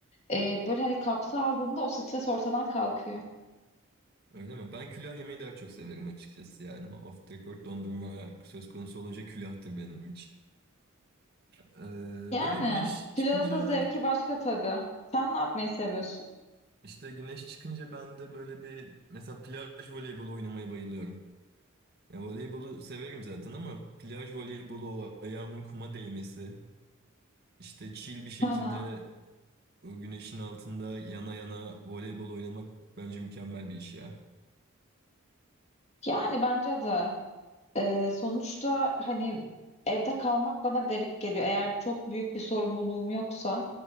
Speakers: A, on the left; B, on the right.
A: e, böyle hani kapsa aldığında o stres ortadan kalkıyor.
B: Öyle mi? Ben külah yemeyi daha çok severim açıkçası yani. Off the record dondurma söz konusu olunca külahtır benim için. Ee,
A: Yani
B: böyle güneş çıkınca
A: külahın da zevki başka tabii. Sen ne yapmayı seviyorsun?
B: işte güneş çıkınca ben de böyle bir mesela plaj voleybolu oynamaya bayılıyorum. Ya voleybolu severim zaten ama plaj voleybolu o ayağımın kuma değmesi işte chill bir şekilde
A: Hı hı.
B: o güneşin altında yana yana voleybol oynamak bence mükemmel bir iş ya.
A: Yani bence de e, sonuçta hani evde kalmak bana garip geliyor. Eğer çok büyük bir sorumluluğum yoksa